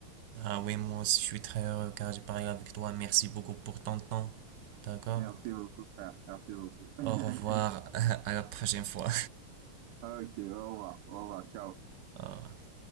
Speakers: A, on the right; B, on the right.
A: Ah oui, moi aussi, je suis très heureux car j'ai parlé avec toi. Merci beaucoup pour ton temps. D'accord?
B: Merci beaucoup, frère. Merci beaucoup. <laughs>
A: Au revoir, <laughs> à la prochaine fois.
B: Ok, au revoir, au revoir, ciao.
A: <laughs> Ah,